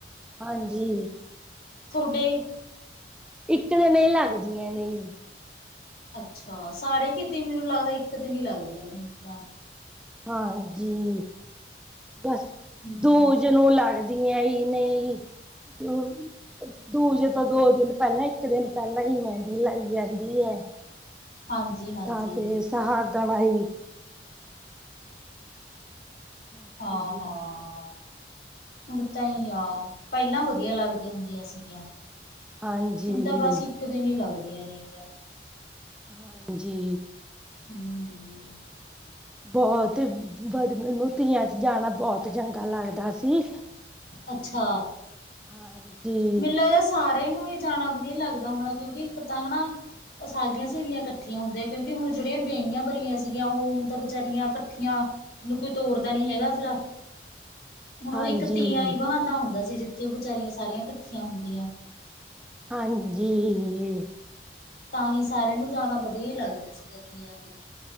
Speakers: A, in the centre; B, on the left.
A: ਹਾਂਜੀ।
B: ਥੋਡੇ
A: ਇੱਕ ਦਿਨ ਇਹ ਲੱਗਦੀਆਂ ਨਹੀਂ।
B: ਅੱਛਾ ਸਾਰੇ ਕੀਤੀ ਮੈਨੂੰ ਲੱਗਦਾ ਇੱਕ ਦਿਨ ਹੀ ਲੱਗਦੀਆਂ ਨੇ ਹੁਣ ਤਾਂ।
A: ਆਓ ਜੀ। ਬਸ
B: ਹੂੰ
A: ਦੂਜ ਨੂੰ ਲਾਗ ਤੀਆਂ ਹੀ ਨਈ ਹਮ। ਦੂਜ ਤੋ ਇਕ ਦਿਨ ਪੈਲਾ ਈ ਇੱਕ ਦਿਨ ਪਹਿਲਾਂ ਹੀ ਮਹਿੰਦੀ ਲਾਈ ਯਾਂਦੀ ਐ।
B: ਹਾਂਜੀ
A: ੱਥਾਂ
B: ਹਾਂਜੀ
A: ਤੇ ਸਹਾਗਣ ਦੀ ਦਿਨ ਆ ਆਈ, ਹਾਂਜੀ।
B: ਹਾਂ ਹਾਂ ਹਣ ਤਾਂ ਹੀ ਆ, ਪਹਿਲਾਂ ਵਧੀਆ ਲੱਗਦੀਆਂ ਹੁੰਦੀਆਂ ਸੀਗੀਆਂ
A: ਹਾਂਜੀ,
B: ਹੁਣ ਤਾਂ ਬਸ ਇੱਕ। ਦਿ ਨੀ ਲੱਗਦੀਆਂ ਨੇਗੀਆਂ।
A: ਹਾਂਜੀ।
B: ਹਮ -ਹਮ <unintelligible>
A: ਬਹੁਤ ਬ ਮੈਨੂੰ ਤੀਆਂ ਚ ਜਾਣਾ ਬਹੁਤ ਚੰਗਾ ਲੱਗਦਾ ਸੀ।
B: ਅੱਛਾ।
A: ਹਾਂਜੀ।
B: ਮੈਨੂੰ ਇਹਦਾ ਸਾਰੇਿਆਂ ਨੂੰ ਹੀ ਜਾਣਾ ਵਧੀਆ ਲੱਗਦਾ ਹੋਣਾ ਕਿਉਂਕਿ ਇੱਕ ਤਾਂ ਹਨਾ ਉਹ ਸਾਰੀਆਂ ਸਹੇਲੀਆਂ ਇਕੱਠੀਆਂ ਹੁੰਦੀਆਂ ਕਿਉਂਕਿ ਹੁਣ ਜਿਹੜੀਆਂ ਵਿਆਹੀਆਂ ਬਰੀਆਂ ਸੀਗੀਆਂ ਉਹ ਹੁਣ ਤਾਂ ਬੇਾਰੀਆਂ ਇਕੱਠੀਆਂ? ਓ ਹਨੂੰ ਕੋਈ ਤੋਰਦਾ ਨੀ ਹੈਗਾ ਫਰਾ
A: <unintelligible>
B: ਹੁਣ
A: ਹਾਂਜੀ,
B: ਉਹ ਇੱਕ ਤੀਆਂ ਹੀ ਬਹਾਂਡਾ ਹੁੰਦਾ ਸੀ ਜਿੱਥੇ ਉਹ ਬਾਰੀਆਂ ਸਾਰੀਆਂ ਇਕੱਠੀਆਂ ਹੁੰਦੀਆਂ।
A: ਹਾਂਜੀ।
B: ਤਾਂ ਹੀ ਸਾਰਿਆਂ ਨੂੰ ਜਾਣਾ ਵਧੀਆ ਹੀ ਲੱਗਦਾ ਸੀਗਾ ਕੀ ਆ।